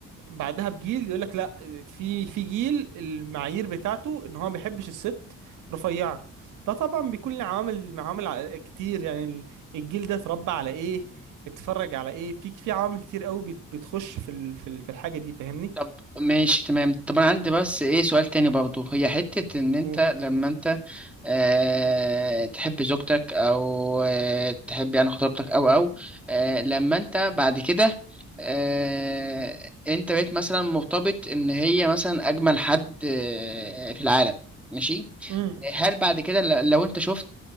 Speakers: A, on the right (about 85°); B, in the centre.
A: بعدها بجيل يقول لك لا في في جيل المعايير بتاعته ان هو ما بيحبش الست رفيعه ده طبعا بيكون له عوامل عوامل ع- كتير يعني ال- الجيل ده اتربى على ايه اتفرج على ايه في في عوامل كتير قوي بت- بتخش في ال- في ال- في الحاجه دي فاهمني
B: طب ماشي تمام طب انا عندي بس ايه سؤال تاني برضو هي حتة ان انت
A: مم.
B: لما انت أه تحب زوجتك او أه تحب يعني خطيبتك او او أه لما انت بعد كده أه انت بقيت مثلا مرتبط ان هي مثلا اجمل حد أه في العالم ماشي
A: امم
B: هل بعد كده ل- لو انت شفت